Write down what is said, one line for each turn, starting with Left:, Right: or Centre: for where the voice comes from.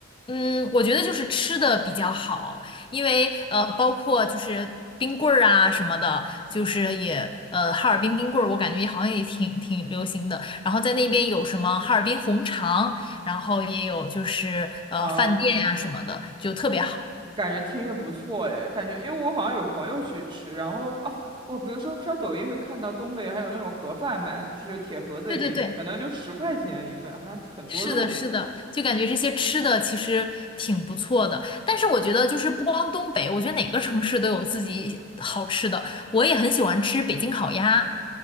Left: 嗯，我觉得就是吃的比较好，因为呃，包括就是冰棍儿啊什么的，就是也呃，哈尔滨冰棍儿，我感觉好像也挺挺流行的。然后在那边有什么哈尔滨红肠，然后也有就是呃饭店呀、
Right: 啊，
Left: 什么的，就特别好。
Right: 哎感觉听着不错哎，感觉因为我好像有朋友去吃，然后啊，我比如说刷抖音会看到东北还有那种盒饭卖，就是铁盒子给你，
Left: 对对对，
Right: 可能就十块钱一份，还很多肉。
Left: 是的，是的，就感觉这些吃的其实挺不错的。但是我觉得就是不光东北，我觉得哪个城市都有自己好吃的。我也很喜欢吃北京烤鸭，